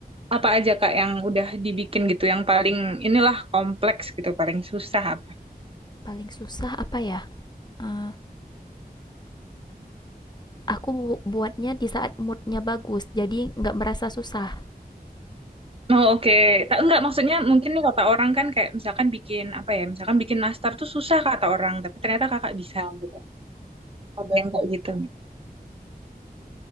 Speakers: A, on the right (about 35°); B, on the left (about 25°).
A: Apa aja Kak yang udah dibikin gitu yang paling inilah kompleks gitu, paling susah apa?
B: Paling susah apa ya? Eh, aku bu- buatnya di saat moodnya bagus, jadi nggak merasa susah.
A: Oh oke, Tak- enggak maksudnya mungkin nih kata orang kan kayak misalkan bikin apa ya, misalkan bikin nastar tuh susah kata orang, tapi ternyata kakak bisa gitu. Ada yang kayak gitu. nggak?